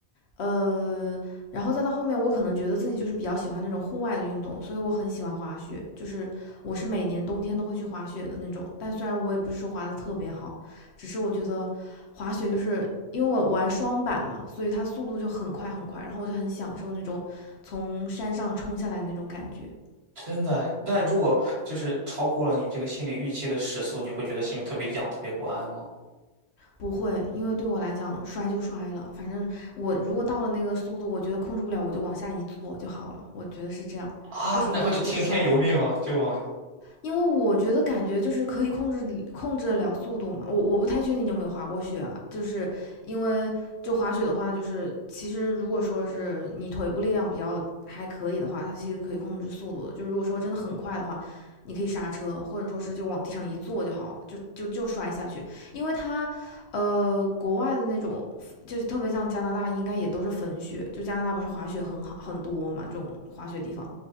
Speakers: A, on the left; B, on the right.
A: 呃，然后再到后面，我可能觉得自己就是比较喜欢那种户外的运动，所以我很喜欢滑雪，就是我是每年冬天都会去滑雪的那种。但虽然我也不是说滑的特别好，只是我觉得滑雪就是因为我玩双板嘛，所以它速度就很快很快，然后我就很享受那种从山上冲下来那种感觉。
B: 真的。那如果就是超过了你这个心理预期的时速，你会觉得心里特别痒，特别不安吗？
A: 不会，因为对我来讲，摔就摔了，反正我如果到了那个速度，我觉得控制不了，我就往下一坐就好了，我觉得是这样。
B: 啊，
A: 不行就就摔吧，
B: 然后就听天由命了，就往。
A: 因为我觉得感觉就是可以控制控制得了速度嘛。我我不太确定你有没有滑过雪啊，就是因为就滑雪的话，就是其实如果说是你腿部力量比较还可以的话，它其实可以控制速度的。就如果说真的很快的话，你可以刹车，或者说是就往地上一坐就好了，就就就摔下去。因为它，呃，国外的那种就是特别像加拿大，应该也都是粉雪，就加拿大不是滑雪很好很多嘛，这种滑雪地方。